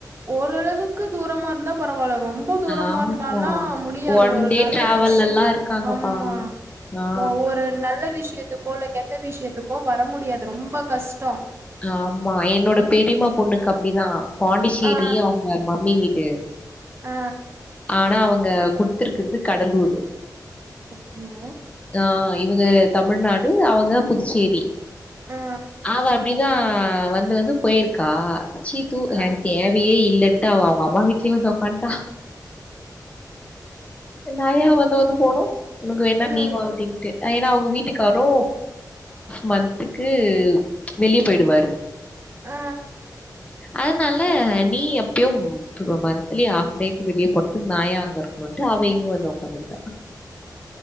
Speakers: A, on the right; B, on the left.
A: ஓரளவுக்கு தூரமா இருந்தா பரவாயில்ல ரொம்ப தூரமா
B: ஆமா
A: இருந்தாலாம் முடியாது
B: ஒன்
A: ஒரு
B: டே
A: நல்ல
B: டிராவல்லல்லா
A: விஷ்யோ
B: இருக்காங்கப்பா
A: ஆமா
B: ஆ
A: ஒவ்வொரு நல்ல விஷயத்துக்கோ இல்ல கெட்ட விஷயத்துக்கோ வர முடியாது ரொம்ப கஷ்டோ
B: ஆமா என்னோட பெரியமா பொண்ணுக்கு அப்படிதா பாண்டிச்சேரி
A: ஆ
B: அவ்ங்க மம்மி வீடு
A: ஆ
B: ஆனா அவங்க குடுத்துருக்கிறது கடலூர்
A: <inaudible>
B: ஆ இவுக தமிழ்நாடு அவுக புதுசேர் ரீ
A: ஆ
B: அவா அப்டிதா வந்து வந்து போயிருக்கா சீத்து எ
A: ஆ
B: ங்டி தேவையே இல்லன்ட்டு அவ அவ்ங்க அம்மா வீட்லயே வந்து உக் காண்டா நா யா வந்து வந்து போனு உனக்கு வேணா
A: ம்
B: நீவா அப்டின்ட்டு ஏனா அவுங்க வீட்டுக்காரு மந்த்துக்கு வெளிய போயிடுவாரு
A: ஆ
B: அதனால நீ எப்பயும் இப்ப மந்த்த்லி ஆஃப் டேக்கு வெளிய போறக்கு நாயா அங்க இருக்கும்ட்டு அவ இங்க வந்து உக்காந்துக்கிட்டா